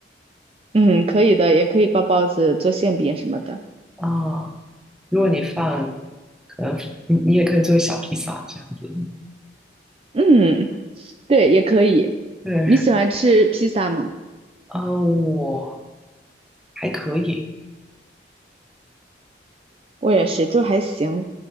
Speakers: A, on the right; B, in the centre.
A: 嗯，可以的，也可以包包子、做馅饼什么的。
B: 啊，如果你放，可能你你也可以做小披萨这样子。
A: 嗯，对，也可以。
B: 对，
A: 你喜欢吃披萨吗？
B: <laughs> 呃，我还可以，
A: 我也是，就还行，